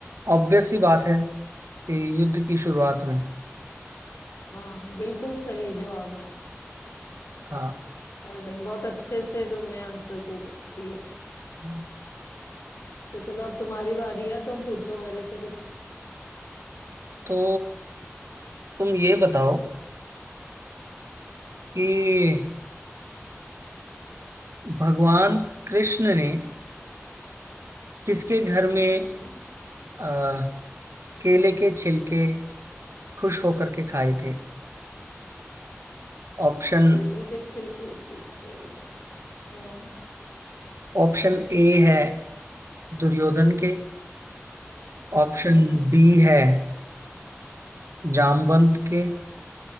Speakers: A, on the right (about 80°); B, on the left (about 75°).
A: ऑब्वियस सी बात है कि युद्ध की शुरुआत में
B: हाँ बिल्कुल सही जवाब है
A: हाँ
B: वेल डन बहुत अच्छे से तुमने आंसर को दिया है
A: हाँ,
B: तो चलो अब तुम्हारी बारी है तुम पूछो मेरे से कुछ
A: तो तुम ये बताओ कि भगवान कृष्ण ने किसके घर में
B: हम्म
A: आ, केले के छिलके खुश होकर के खाए थे ऑप्शन
B: केले के छिलके किसके लिए हम्म
A: ऑप्शन ए है दुर्योधन के ऑप्शन
B: हम्म
A: बी है जामवंत के